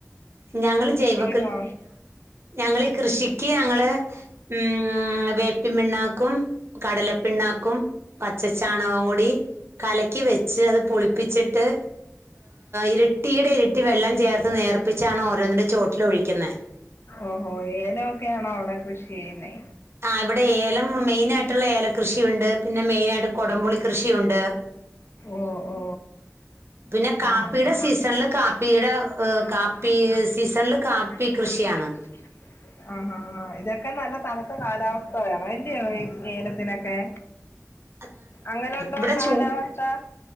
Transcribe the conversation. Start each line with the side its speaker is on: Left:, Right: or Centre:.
Right: ഞങ്ങൾ ജൈവ
Left: ഇണ്ടോ
Right: ഞങ്ങളീ കൃഷിക്ക് ഞങ്ങൾ ഉം വേപ്പിൻ പിണ്ണാക്കും കടലപ്പിണ്ണാക്കും പച്ച ചാണകവും കൂടി കലക്കി വെച്ച് അത് പുളിപ്പിച്ചിട്ട് ഇരട്ടിയുടെ ഇരട്ടി വെള്ളം ചേർത്ത് നേർപ്പിച്ചാണ് ഓരോന്നിന്റെ ചോട്ടില് ഒഴിക്കുന്നത്
Left: ഓഹോ ഏലൊക്കെയ ആണോ അവിടെ കൃഷി ചെയ്യുന്നെ
Right: ആഹ് ഇവിടെ ഏലം മെയിന് ആയിട്ടുള്ള ഏലം കൃഷിയുണ്ട് പിന്നെ മെയിന് ആയിട്ട് കുടംപുളി കൃഷിയുണ്ട്
Left: ഓ ഓ
Right: പിന്നെ കാപ്പിയുടെ
Left: ആഹ് ആഹ് ആഹ്
Right: സീസണിൽ കാപ്പിയുടെ
Left: ആഹ്
Right: കാപ്പി സീസണിൽ കാപ്പി
Left: <inaudible>
Right: <inaudible>
Left: ആഹ് ആഹ് ആഹ് ഇതൊക്കെ നല്ല തണുത്ത കാലാവസ്ഥ വേണം വല്യ ഏലത്തിനൊക്കെ
Right: <inaudible>
Left: അങ്ങനെ എന്തോ
Right: ഇവിടെ
Left: കാലാവസ്ഥ
Right: ചൂ